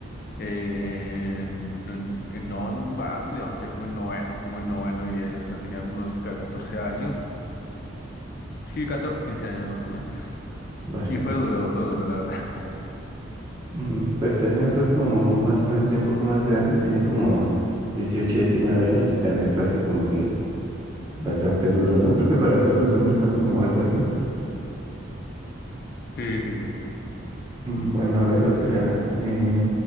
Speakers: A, on the left (about 50°); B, on the right (about 20°).
A: en, en, en non- antes de once, como en noveno, como en noveno diría yo, o sea, tenía como unos ca- 14 años, sí, 14 15 años más o menos.
B: Vale.
A: Y fue duro, fue duro, la verdad. <laughs>
B: Mm, Pues el mío fue como más o menos ya un poco más grande, tenía como 18 19 años y también fue así como que bastante duro, ¿no? Creo que para todos los hombres son como algo así.
A: Sí, sí, sí.
B: Mm, Bueno, a ver otra. eh,